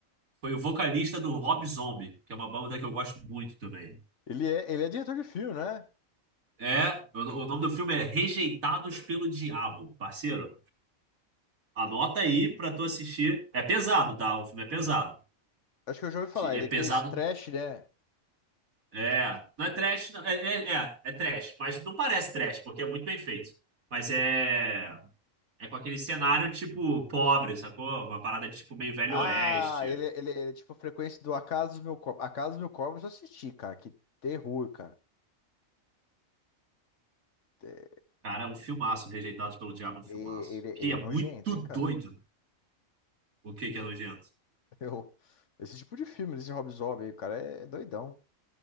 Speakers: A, on the right; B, on the left.
A: foi o vocalista do Rob Zombie, que é uma banda que eu gosto muito também.
B: Ele é, ele é diretor de filme, né?
A: É, o, o nome do filme é Rejeitados pelo Diabo, parceiro. Anota aí pra tu assistir. É pesado, tá? O filme é pesado.
B: Acho que eu já ouvi falar.
A: É
B: Ele
A: pesado
B: é aquele trash, né?
A: É, não é trash, não. É, é, é, é trash, mas não parece trash, porque é muito bem feito. Mas é, é com aquele cenário tipo pobre, sacou? Uma parada tipo meio Velho
B: Ah,
A: Oeste.
B: ele, ele, ele é tipo a frequência do Acaso dos Mil Corpos. Acaso dos Mil Corpos eu assisti, cara. Que terror, cara. É,
A: Cara, é um filmaço, Rejeitados pelo Diabo, é um filmaço.
B: e- Ele,
A: Que
B: ele
A: é
B: é nojento,
A: muito
B: hein,
A: doido.
B: cara? <laughs>
A: O que que é nojento? O
B: Eu, esse tipo de filme, esse Rob Zombie aí, cara, é doidão.